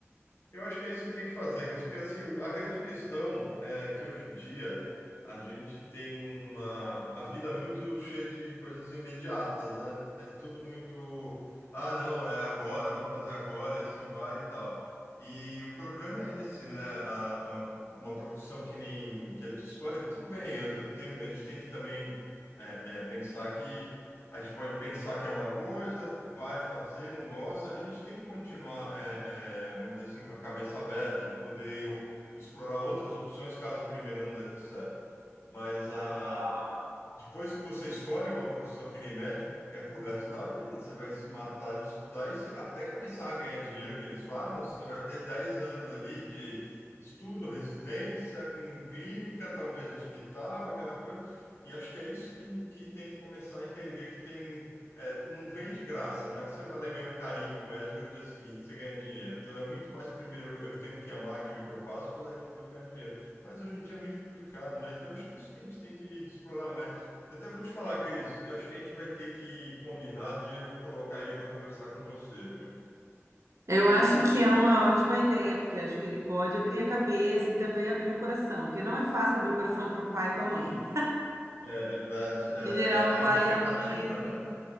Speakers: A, on the left; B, on the right.
A: Eu acho que é isso que tem que fazer, que porque assim, a grande questão é que hoje em dia a gente tem uma a vida é muito cheia de coisas imediatas, né? É tudo muito, ah, não, é agora, vamos fazer agora e assim vai e tal. E o problema é esse, né? A, a- uma profissão que nem que a gente escolhe, tudo bem, eu, eu tenho, a gente tem que também é, é, pensar que a gente pode pensar que é uma coisa, vai fazer, não gosta, a gente tem que continuar, é, é, vamos dizer assim, com a cabeça aberta, de poder explorar outras opções caso a primeira não dê certo. Mas a
B: Mas, ah,
A: depois que você escolhe uma profissão que nem médico, é pro resto da vida. Você vai se matar de estudar e você- até começar a ganhar dinheiro, que eles falam, você vai ter 10 anos ali de estudo, residência, com clínica, talvez hospital, aquela coisa. E acho que é isso que, que tem que começar a entender, que tem, um- é, não vem de graça. Não é que você vai lá ganhar um carimbo médico e no dia seguinte você ganha dinheiro. Então é muito mais primeiro eu tenho que amar aquilo que eu faço para depois ganhar dinheiro. Mas hoje em dia é muito complicado, né? Então, eu acho que isso que a gente tem que explorar mais. Eu até vou te falar, Cris, eu acho que a gente vai ter que combinar de eu colocar ele para conversar com você, viu?
B: Eu acho que é uma ótima ideia, porque acho que ele pode abrir a cabeça e também abrir o coração, porque não é fácil abrir o coração para o pai e para a mãe.
A: É verdade. É,
B: Em geral,
A: é,
B: o
A: aí
B: pai
A: uma expectativa,
B: e a mãe,
A: né?